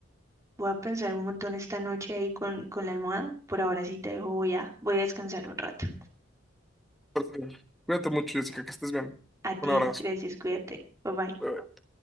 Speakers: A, on the right (about 15°); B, in the centre.
A: Voy a pensar un montón esta noche ahí con, con la almohada. Por ahora sí te dejo, voy a, voy a descansar un rato.
B: Por eso. Cuídate mucho, Jessica, que estés bien.
A: A ti,
B: Un abrazo.
A: gracias, cuídate. Bye bye.
B: Bye, bye.